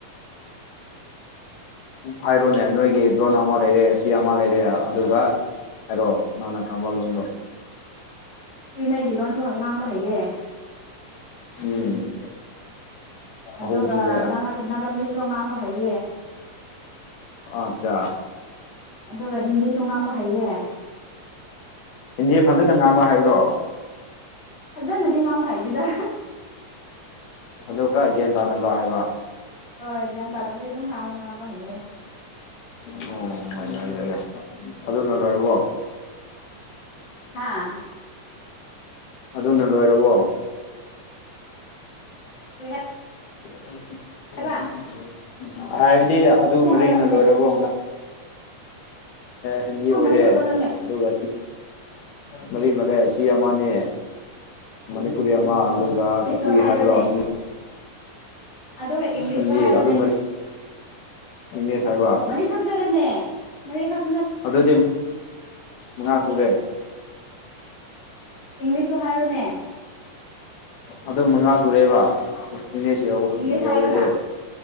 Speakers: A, on the left (about 80°); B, on the left (about 20°).
A: ꯍꯥꯏꯔꯣꯅꯦ ꯅꯣꯏꯒꯤ ꯂꯣꯟ ꯑꯃ ꯂꯩꯔꯦ ꯆ ꯑꯃ ꯂꯩꯔꯦ ꯑꯗꯨꯒ ꯍꯥꯏꯔꯣ ꯅꯅ ꯀꯃꯜꯣꯗ
B: ꯀꯨꯏꯃꯥꯏꯒꯤ ꯂꯣꯟ ꯁꯣꯟ ꯉꯥꯡꯕ ꯍꯥꯏꯩꯌꯦ
A: ꯎꯝ
B: ꯑꯗꯨꯒ
A: ꯑꯍꯨꯝ ꯁꯨꯔꯦ
B: ꯅꯥꯀ ꯃꯤꯁꯨ ꯉꯥꯡꯕ ꯍꯩꯌꯦ
A: ꯑꯆꯥ
B: ꯑꯗꯨꯒ ꯍꯤꯟꯗꯤꯁꯨ ꯉꯥꯡꯕ ꯍꯩꯌꯦ
A: ꯏꯟꯗꯤ ꯐꯝꯖꯗ ꯉꯥꯡꯕ ꯍꯥꯏꯕ꯭ꯔꯣ
B: ꯐꯖꯅꯗꯤ ꯉꯥꯡꯕ ꯍꯥꯏꯗꯨꯗ
A: ꯑꯗꯨ ꯈꯔ ꯒ꯭ꯌꯥꯟ ꯇꯥꯅꯕ ꯍꯥꯏꯕ
B: ꯍꯣꯏ ꯒ꯭ꯌꯥꯟ ꯇꯥꯅꯕꯗꯤ ꯑꯗꯨꯝꯥꯡ ꯉꯥꯡꯕ ꯍꯩꯌꯦ
A: ꯑꯣ ꯍ ꯌꯥꯏ ꯌꯥꯏ ꯌꯥꯏ ꯑꯗꯨꯅ ꯂꯔꯕꯣ
B: ꯍꯥꯥ
A: ꯑꯗꯨꯅ ꯂꯣꯏꯔꯕꯣ
B: ꯀꯔꯤ
A: ꯍꯣꯏꯣꯕꯂꯦꯝ
B: ꯍꯥꯏꯕ
A: ꯎꯝ ꯍꯥꯏꯕꯗꯤ ꯑꯗꯨ
B: ꯑꯃꯨꯛ
A: ꯃꯔꯤꯅ
B: ꯍꯥꯏꯔꯛꯑꯣꯅꯦ
A: ꯂꯣꯏꯔꯕꯅ ꯍꯤꯟꯗꯤ
B: ꯑꯥ
A: ꯑꯣꯏꯔꯦ
B: ꯃꯔꯤ ꯈꯛꯇꯔꯅꯦ
A: ꯑꯗꯨꯒ ꯃꯔꯤ ꯃꯦ ꯑꯁꯤ ꯑꯃꯅꯦ ꯎ ꯀꯨꯔꯤ ꯑꯃ ꯑꯗꯨꯒ
B: ꯏꯪꯂꯤꯁꯁꯨ
A: ꯀꯨꯏ
B: ꯍꯥꯏꯔꯣꯅꯦ
A: ꯍꯥꯏꯕ꯭ꯔꯣ ꯑꯅꯤ
B: ꯑꯗꯨꯒ ꯏꯪꯂꯤꯁꯇꯣ
A: ꯍꯤꯟꯗꯤ
B: ꯍꯥꯏꯔꯣꯅꯦ
A: ꯑꯗꯨ ꯃꯔꯤ ꯏꯪꯂꯤꯁ ꯍꯥꯏꯕ
B: ꯃꯔꯤꯈꯛꯇꯔꯅꯦ ꯃ ꯈꯥ ꯄꯨ
A: ꯑꯗꯨꯗꯤ ꯉꯥ ꯁꯨꯔꯦ
B: ꯏꯪꯂꯤꯁꯁꯨ ꯍꯥꯏꯔꯨꯅꯦ
A: ꯑꯗꯨꯝ ꯃꯉꯥ ꯁꯨꯔꯦꯕ ꯏꯅꯦꯁ
B: ꯏꯪꯂꯤꯁ
A: ꯌꯥꯎꯔꯦꯗꯤ
B: ꯍꯥꯏꯔꯒ